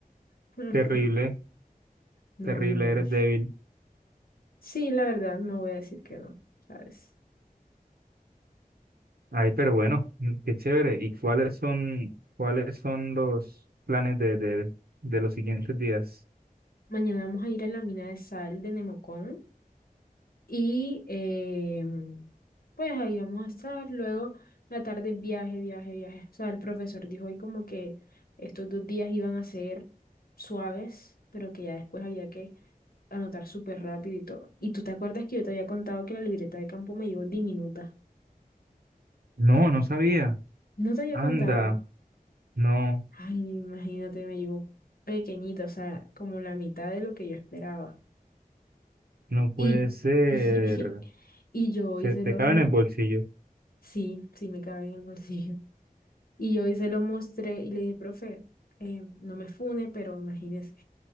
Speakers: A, on the left (about 75°); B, on the right (about 80°).
A: <laughs> Ujú.
B: Terrible,
A: No,
B: terrible,
A: no, no.
B: eres débil.
A: Sí, la verdad, no voy a decir que no, ¿sabes?
B: Ay, pero bueno, mm, qué chévere. ¿Y cuáles son, cuáles son los planes de, de, de los siguientes días?
A: Mañana vamos a ir a la mina de sal de Nemocón. Y eh, pues ahí vamos a estar. Luego, la tarde, viaje, viaje, viaje. O sea, el profesor dijo hoy como que estos dos días iban a ser suaves, pero que ya después había que anotar súper rápido y todo. ¿Y tú te acuerdas que yo te había contado que la libreta de campo me llevó diminuta?
B: No, no sabía.
A: No te había
B: Anda,
A: contado.
B: no.
A: Ay, imagínate, me llevó pequeñita, o sea, como la mitad de lo que yo esperaba.
B: No puede
A: Y,
B: ser.
A: <laughs> y, yo
B: Se
A: hice
B: te
A: lo
B: cabe
A: mon-
B: en el bolsillo.
A: Sí, sí me cabe en el bolsillo. Y yo hoy se lo mostré y le dije, profe, eh, no me fune, pero imagínese